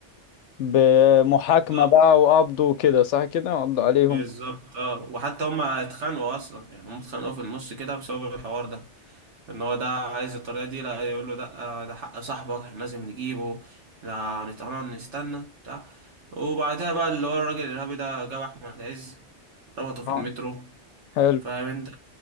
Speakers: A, on the left; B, on the right.
A: بمحاكمة
B: بالظبط
A: بقى وقبض وكده صح كده قبض عليهم
B: بالظبط اه وحتى هما اتخانقوا اصلا يعني هما اتخانقوا في النص كده بسبب الحوار ده ان هو ده عايز الطريقه دي لا يقول له ده آه، ده حق صاحبك احنا لازم نجيبه احنا هنتقرب نستنى بتاع وبعدها بقى اللي هو الراجل الارهابي ده جاب احمد عز ربطه في
A: آه.
B: المترو
A: حلو
B: فاهم انت